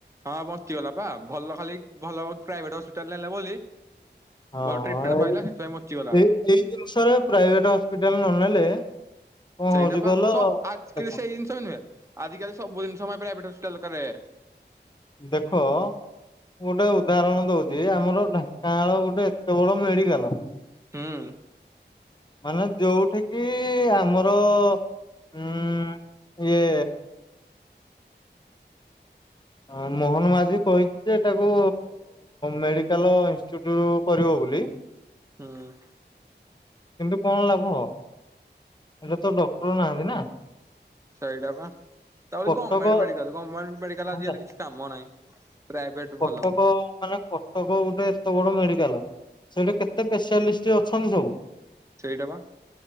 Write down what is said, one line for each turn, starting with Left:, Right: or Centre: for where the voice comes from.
Right: ହଁ ବଞ୍ଚିଗଲା ପା ଭଲ ଖାଲି ଭଲ ପ୍ରାଇଭେଟ୍ ହସ୍ପିଟାଲ ନେଲେ ବୋଲି
Left: ହଁ
Right: ଭଲ ଟ୍ରିଟମେଣ୍ଟ
Left: ଏଇ
Right: ପାଇଲା ସେଥିପାଇଁ ବଞ୍ଚିଗଲା।
Left: ଏ ଏଇ ଜିନିଷରେ ପ୍ରାଇଭେଟ ହସ୍ପିଟାଲ ନ ନେଲେ କଣ
Right: ସେଇଟା
Left: ହଉଛି
Right: ପା
Left: କହିଲ
Right: ସୋଵ୍ ଆଜକି
Left: ଦେଖ
Right: ସେଇ ଜିନିଷ ବି ନୁହେଁ ଆଜିକାଲି ସବୁ ଜିନିଷ ମାନେ ପରା କ୍ୟାପିଟାଲ ହସ୍ପିଟାଲ କରେ
Left: ଦେଖ ଗୋଟେ ଉଦାହରଣ ଦଉଛି ଆମର ଢାନଂକାନାଳ ଗୋଟେ ଏତେ ବଡ ମେଡିକାଲ
Right: ହୁଁ
Left: ମାନେ ଯୋଉଠି କି ଆମର ଉମ୍ ଇଏ ହଁ ମୋହନ ମାଝି କହିଛି ଯେ ଏଟାକୁ ମେଡିକାଲ ଇନଷ୍ଟିଚ୍ୟୁଟ କରିବ ବୋଲି
Right: ହୁଁ
Left: କିନ୍ତୁ କଣ ଲାଭ ଏଟା ତ ଡକ୍ଟର ନାହାନ୍ତି ନା
Right: ସେଇଟା ବା ତା ଵୋଲି
Left: କଟକ
Right: ଗଣଣ୍ଟ ମଡିକାଲ ଗମେନ୍ଟ ମେଡିକାଲ
Left: ହେଲା
Right: ଆଜିକାଲି କିଛି କାମ ନାହିଁ ପ୍ରାଇଭେଟ ଭଲ
Left: କଟକ ଆଉ ମାନେ କଟକ ଗୋଟେ ଏତେ ବଡ ମେଡିକାଲ ସେଟା କେତେ ସ୍ପେଶ୍ୟାଲିଷ୍ଟ ଅଛନ୍ତି ସବୁ
Right: ସେଇଟା ବା